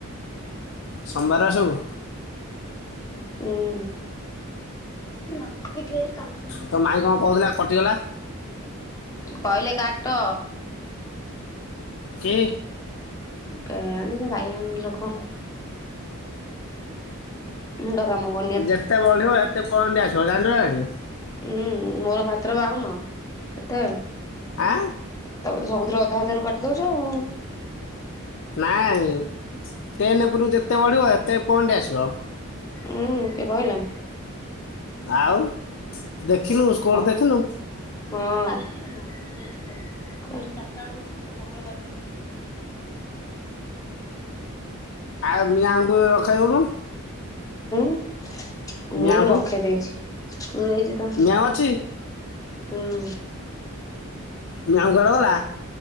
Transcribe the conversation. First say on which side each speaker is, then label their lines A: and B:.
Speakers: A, on the left; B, on the left.
A: ସୋମବାରେ ଆସିବୁ।
B: ହୁଁ। ହେଇଟି ଗୋଟେ କାଟୁନ୍
A: ତ ମାଇଁ କଣ କହୁଥିଲା କଟିଗଲା।
B: କହିଲେ କାଟ।
A: କି
B: କେଆଣି ସେ ବାୟାଣୀ ଲୋକେ। ମୁଣ୍ଡ କାମ କ
A: ଯେତେ ବଢିବ ସେତେ ପଏଣ୍ଟ ଆସିବ ଜାଣିଚୁ ନା ନାହିଁ?
B: ଉଁ ମୋର ମାତ୍ର ବାଉନ କେତେ ତମେ
A: ଆଁ
B: ତ ସବୁ ଥିର ଅଧା ଅଧାରୁ କାଟି ଦଉଚ ଆଉ।
A: ନାଇଁ ଟେନ୍ ଏ ଉପରୁ ଯେତେ ବଢ଼ିବ <unintelligible> ପଏଣ୍ଟ୍ ଆସିବ।
B: ଉଁ କିଏ କହିଲା?
A: ଆଉ ଦେଖିନୁ ସ୍କୋର୍
B: ହଁ।
A: ଦେଖିନୁ?
B: ହଁ <unintelligible>
A: ଆଉ ମିଆଁଉଙ୍କୁ ରଖେଇ ଦଉନୁ।
B: ଉଁ <unintelligible>
A: ମିଆଁଙ୍କୁ
B: ରଖେଇ ଦେଇଛି ପୁରେଇଚି ତ।
A: ମିଆଁ ଅଛି
B: ହୁଁ।
A: ମିଆଁଉ କୁଆଡେ଼ ଗଲା?